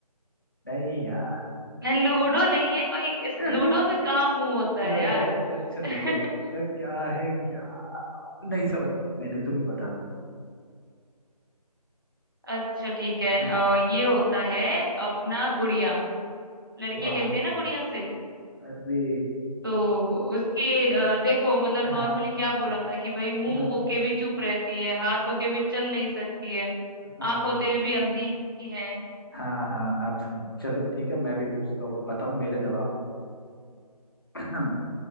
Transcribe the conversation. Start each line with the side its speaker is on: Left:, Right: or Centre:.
Left: नहीं यार
Right: नहीं लूडो
Left: क्या
Right: नहीं है कोई इस
Left: <laughs>
Right: लूडो में कहाँ मुंह होता
Left: अच्छा
Right: है यार
Left: अच्छा अच्छा,
Right: <laughs>
Left: रुको रुको अरे, क्या है क्या नहीं समझ मैंने तुम ही बता
Right: अच्छा ठीक है
Left: हम्म,
Right: अ, ये होता है अपना गुड़िया लड़कियां
Left: वाह
Right: खेलती है ना गुड़िया से
Left: अरे
Right: तो उसके अ, देखो मतलब
Left: हाँ
Right: नॉर्मली क्या बोला था कि भाई मुंह
Left: हाँ
Right: होके भी चुप रहती है हाथ होके भी चल नहीं सकती है
Left: हाँ
Right: आंख होते हुए भी अंधी है
Left: हाँ हाँ आप समझ चलो ठीक है मैं भी पूछता हूँ बताओ मेरे जवाब <clears throat>